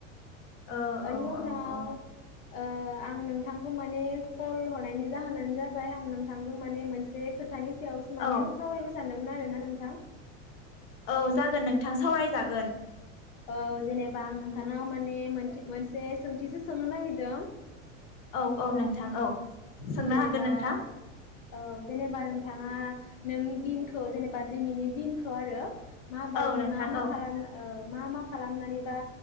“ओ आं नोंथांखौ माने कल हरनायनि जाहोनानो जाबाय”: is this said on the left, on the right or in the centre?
Left